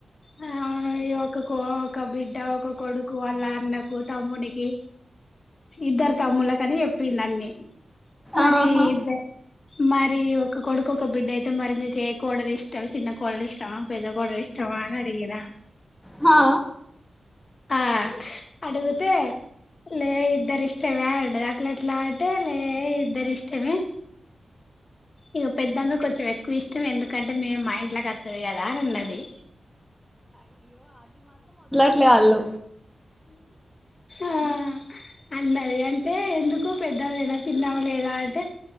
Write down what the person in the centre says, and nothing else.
ఆహా
హా
ట్లే అళ్ళు